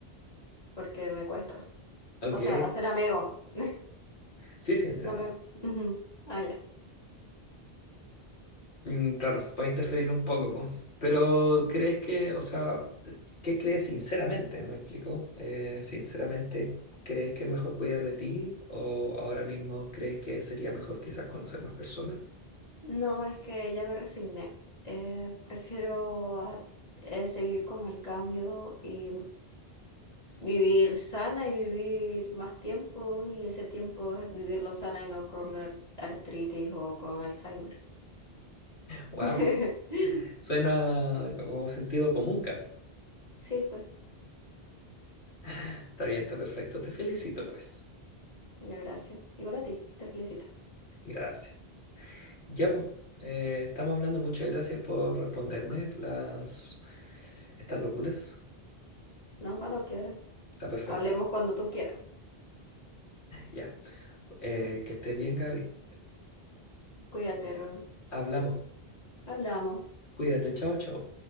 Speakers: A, on the left; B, on the left.
A: porque me cuesta.
B: Ok.
A: O sea, hacer amigos. <laughs>
B: Sí, sí, entiendo.
A: No me... Ujú. Ah, ya.
B: Mm, claro, puede interferir un poco, po. Pero ¿crees que, o sea, qué crees sinceramente? ¿Me explico? Eh, sinceramente, ¿crees que es mejor cuidar de ti o ahora mismo crees que sería mejor quizás conocer más personas?
A: No, es que ya me resigné. Eh, prefiero a- eh, seguir con el cambio y vivir sana y vivir más tiempo y ese tiempo es vivirlo sana y no con ar- artritis o con Alzheimer.
B: Wow,
A: <laughs>
B: suena como sentido común casi.
A: Sí, pues,
B: Está bien, está perfecto. Te felicito, pues.
A: ya gracias. Igual a ti, te felicito.
B: Gracias. Ya, pues, eh, estamos hablando. Muchas gracias por responderme las estas locuras.
A: No, cuando quieras.
B: Está perfecto.
A: Hablemos cuando tú quieras.
B: Ya. Eh, que estés bien, Gaby.
A: Cuídate, Ror.
B: Hablamos.
A: Hablamos.
B: Cuídate. Chao, chao.